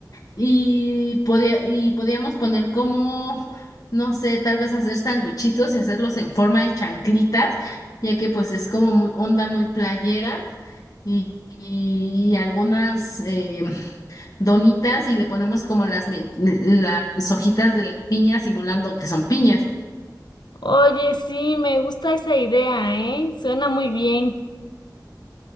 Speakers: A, on the left (about 55°); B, on the left (about 90°).
A: y podía, y podíamos poner como, no sé, tal vez hacer sanguichitos y hacerlos en forma de chanclitas, ya que pues es como muy onda muy playera y, y algunas eh, donitas y le ponemos como las, me- las hojitas de la piña simulando que son piñas.
B: Oye, sí, me gusta esa idea, ¿eh? Suena muy bien.